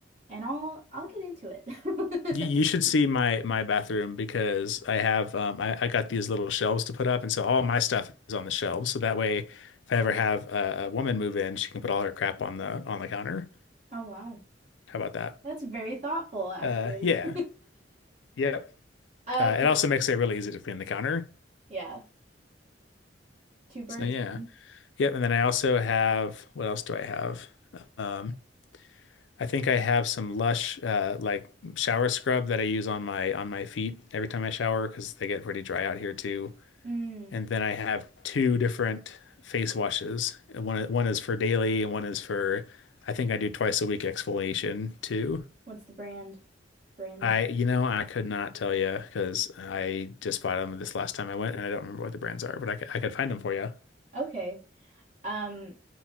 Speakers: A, on the right; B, on the left.
A: And I'll I'll get into it.
B: You, you should
A: <laughs>
B: see my my bathroom because I have um, I, I got these little shelves to put up, and so all my stuff is on the shelves. So that way, if I ever have a, a woman move in, she can put all her crap on the on the counter.
A: Oh wow.
B: How about that?
A: That's very thoughtful, actually.
B: Uh, yeah,
A: <laughs>
B: yep.
A: Um,
B: Uh, it also makes it really easy to clean the counter.
A: yeah, two birds,
B: So yeah,
A: man.
B: yep. And then I also have what else do I have? Um, I think I have some Lush uh, like shower scrub that I use on my on my feet every time I shower because they get pretty dry out here too.
A: Mm,
B: And then I have two different face washes. One one is for daily and one is for I think I do twice a week exfoliation too.
A: what's the brand? Brands.
B: I you know I could not tell you because I just bought them this last time I went and I don't remember what the brands are, but I could, I could find them for you.
A: Okay. Um,